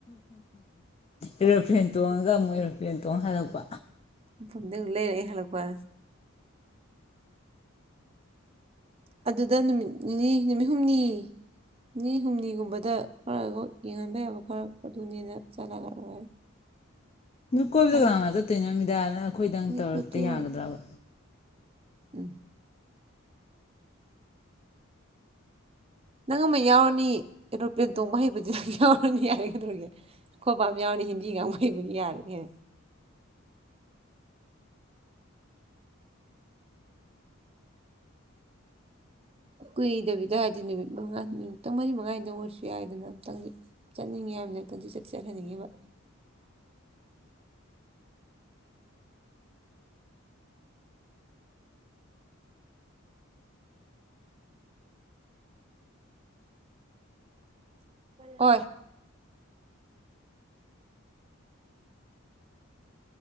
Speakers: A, on the left (about 30°); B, on the right (about 30°).
A: ꯑꯦꯔꯣꯄ꯭ꯂꯦꯟ ꯇꯣꯡꯉꯒ ꯑꯃꯨꯛ ꯑꯦꯔꯣꯄ꯭ꯂꯦꯟ ꯇꯣꯡ ꯍꯜꯂꯛꯄ
B: ꯃꯐꯝꯐꯝꯗ ꯂꯩꯔꯦ ꯍꯜꯂꯛꯄꯗ ꯑꯗꯨꯗ ꯅꯨꯃꯤꯠ ꯅꯤꯅꯤ ꯅꯨꯃꯤꯠ ꯍꯨꯝꯅꯤ ꯅꯤꯅꯤ ꯍꯨꯝꯅꯤꯒꯨꯝꯕꯗ ꯈꯔ ꯌꯦꯡꯍꯟꯕ ꯌꯥꯕ ꯈꯔ ꯑꯗꯨꯅꯦꯅ ꯆꯠꯂꯒ ꯂꯣꯏꯔꯦ
A: ꯀꯣꯏꯕꯗ
B: ꯒꯨꯍꯥꯇꯤꯅꯤ
A: ꯀꯃꯥꯏꯅ ꯆꯠꯇꯣꯏꯅꯣ ꯅꯨꯃꯤꯗꯥꯏꯪ ꯑꯩꯈꯣꯏꯗꯪ ꯇꯧꯔꯛꯇ
B: ꯈꯣꯠꯇꯨꯅ
A: ꯌꯥꯒꯗ꯭ꯔꯕ
B: ꯎꯝ ꯅꯪ ꯑꯃ ꯌꯥꯎꯔꯅꯤ ꯑꯦꯔꯣꯄ꯭ꯂꯦꯟ ꯇꯣꯡꯕ ꯍꯩꯕꯗꯤ ꯑꯗꯨꯝ ꯌꯥꯎꯔꯅꯤ ꯌꯥꯔꯦ ꯀꯩꯗꯧꯒꯦ ꯑꯩꯈꯣꯏ ꯄꯝ ꯌꯥꯎꯔꯅꯤ ꯍꯤꯟꯗꯤ ꯉꯥꯡꯕ ꯍꯩꯕꯒꯤ ꯌꯥꯔꯦꯒ ꯀꯨꯏꯗꯕꯤꯗꯔꯗꯤ ꯅꯨꯃꯤꯠ ꯃꯉꯥꯅꯤ ꯅꯨꯃꯤꯇꯪ ꯃꯔꯤ ꯃꯉꯥꯅꯤꯗ ꯑꯣꯏꯔꯁꯨ ꯌꯥꯏꯗꯅ ꯑꯃꯨꯛꯇꯪꯗꯤ ꯆꯠꯅꯤꯡꯉꯤ ꯍꯥꯏꯕꯅꯤ ꯑꯨꯛꯇꯪꯗꯤ ꯆꯠ ꯆꯠꯍꯟꯅꯤꯡꯉꯦꯕ ꯍ